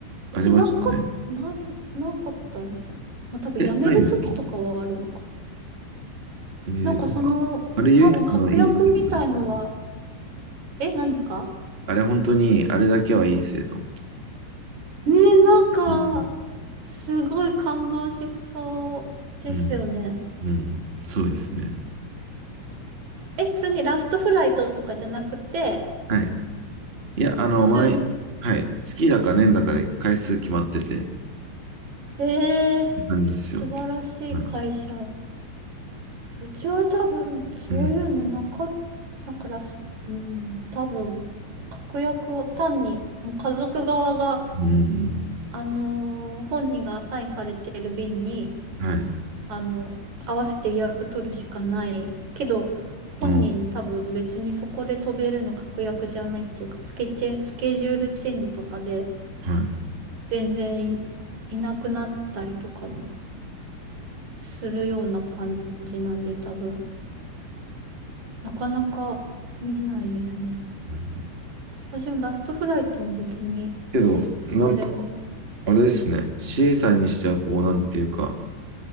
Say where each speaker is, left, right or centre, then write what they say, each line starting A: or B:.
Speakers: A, on the right (about 40°); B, on the right (about 55°).
A: うちなか、
B: ありましたね。
A: ない、なかったんですよね。まあ多分辞める時とかはあるのか
B: え、ないんですかえーなんかあれ唯一のいい生徒なんですけどね。
A: な。なんかその、多分確約みたいのは、え、何ですか
B: あれ本当に、あれだけはいい生徒。
A: ねえ、なんか、
B: うん、
A: すごい感動しそうですよね。
B: うん、うん、そうですね。
A: え、普通にラストフライトとかじゃなくて、
B: はい。いや、あの、
A: 普通に、
B: 前、はい、月だか年だかで回数決まってて、っ
A: えー、
B: て感じですよ。
A: 素晴らしい会社。
B: はい。
A: うちは多分、そういうのなかった。
B: うん、
A: だから、すうん、多分、確約を単に、もう家族側が、
B: うん、
A: あのー本人がアサインされている便に、
B: はい。
A: あの、合わせて予約取るしかない。けど、本人多分別にそこで飛べるの確約じゃないっていうか、
B: うん、
A: スケチェ、スケジュールチェンジとかで、
B: はい。うん
A: 全然い、いなくなったりとかもするような感じなんで、多分、なかなか見ないですね。
B: うんうん
A: 私もラストフライトも別に
B: けど、なんか、
A: 誰も。
B: あれですね。CA さんにしては、こう、なんていうか、